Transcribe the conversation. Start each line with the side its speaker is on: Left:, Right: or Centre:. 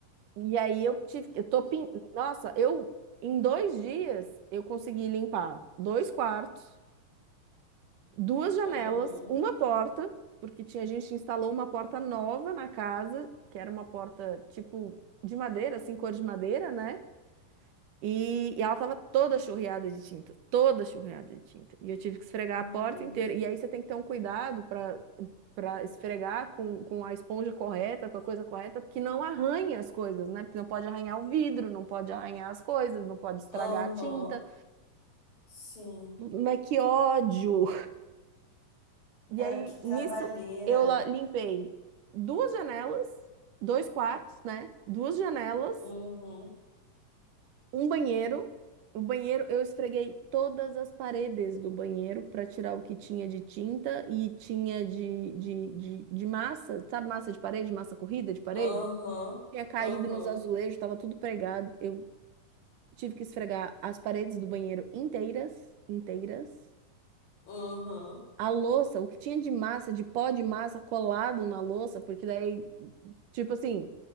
Right: E aí eu tive, eu tô pin... Nossa, eu em dois dias eu consegui limpar dois quartos duas janelas,
Left: Uhum.
Right: uma porta, porque tinha a gente instalou uma porta nova na casa, que era uma porta tipo de madeira, assim, cor de madeira, né? E, e ela tava toda churreada de tinta, toda churreada de tinta. E eu tive que esfregar
Left: Meu
Right: a porta
Left: Deus.
Right: inteira. E aí você tem que ter um cuidado para para esfregar com, com a esponja correta, com a coisa correta, porque não arranha as coisas, né? Porque não pode arranhar o vidro, não pode arranhar as coisas, não pode estragar
Left: Uhum.
Right: a tinta.
Left: Sim.
Right: Mas que ódio! E
Left: Cara,
Right: aí,
Left: que trabalheira.
Right: nisso, eu la- limpei duas janelas, dois quartos, né? Duas janelas,
Left: Uhum.
Right: um banheiro. O banheiro, eu esfreguei todas as paredes do banheiro para tirar o que tinha de tinta e tinha de, de, de, de massa, sabe, massa de parede, massa corrida de parede?
Left: Uhum.
Right: Tinha caído
Left: Uhum.
Right: nos azulejos, estava tudo pregado. Eu tive que esfregar as paredes do banheiro inteiras, inteiras.
Left: Uhum.
Right: A louça, o que tinha de massa, de pó de massa colado na louça, porque daí, tipo assim,